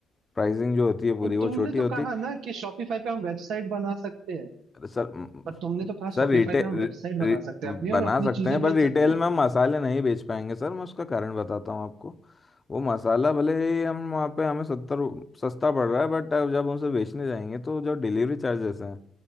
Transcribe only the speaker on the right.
पर
तुमने
तो
कहा
ना कि शॉपिफाई पे हम वेबसाइट बना सकते हैं
पर तुमने तो कहा
शॉपिफाई
पे हम वेबसाइट बना सकते
हैं अपनी और अपनी
चीजें
बेच
सकते हैं